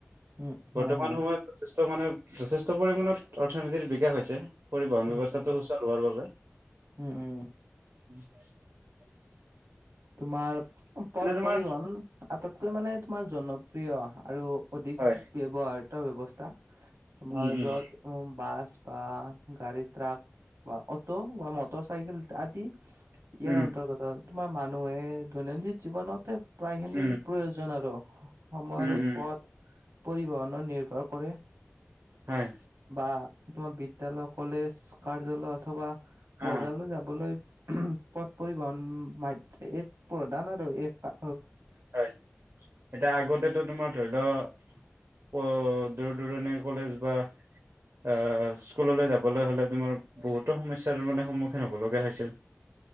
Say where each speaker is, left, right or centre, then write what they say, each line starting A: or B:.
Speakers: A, on the right; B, on the right.
A: উম,
B: বৰ্তমান
A: হয়, হয়।
B: সময়ত যথেষ্ট মানে যথেষ্ট পৰিমণত অৰ্থনীতিৰ বিকাশ হৈছে পৰিবহণ
A: উম,
B: ব্যৱস্থাটো সুচল হোৱাৰ বাবে
A: উম উম
B: <unintelligible>
A: তোমাৰ পথ
B: এনে তোমাৰ
A: পৰিবহন আটাইতকৈ মানে তোমাৰ জনপ্ৰিয় অহা আৰু অধিক
B: হয়
A: ব্যৱহাৰত ব্যৱস্থা আমাৰ
B: উম উম
A: যত বাছ বা গাড়ী ট্ৰাক বা অটো বা মটৰ চাইকেল আদি ইয়াৰ
B: উম
A: অন্তৰ্গতত মানুহে দৈনন্দিন জীৱনতে প্ৰায় খিনি
B: উম
A: প্ৰয়োজন আৰু সময়ৰ
B: উম উম
A: পথ পৰিবহনৰ নিৰ্ভৰ কৰে
B: হয়
A: বা তোমাৰ বিদ্যালয় কলেজ কাৰ্যালয় অথবা বজাৰলৈ
B: অ
A: যাবলৈ পথ পৰিবহণ মাধ--এক প্ৰধান আৰু এক
B: হয় এতিয়া আগতেতো তোমাৰ ধৰি ল দূৰ দূৰণিৰ কলেজ বা আহ স্কুললৈ যাবলৈ হলে তোমাৰ বহুতো সমস্যাৰ মানে সন্মুখীন হব লগা হৈছিল <inaudible>